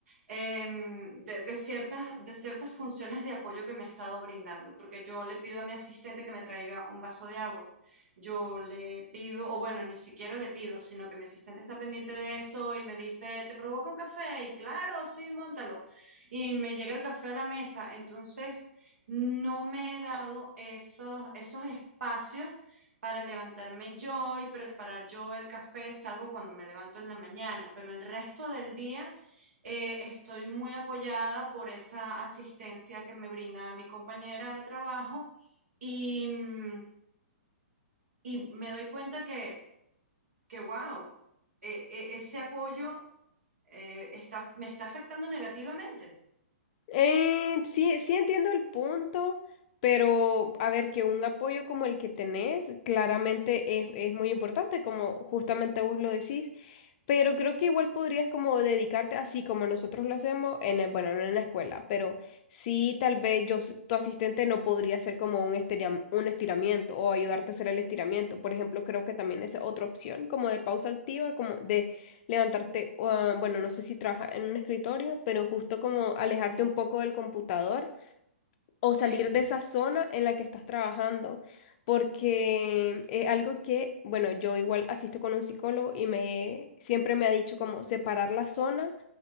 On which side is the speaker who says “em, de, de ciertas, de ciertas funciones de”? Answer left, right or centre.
Right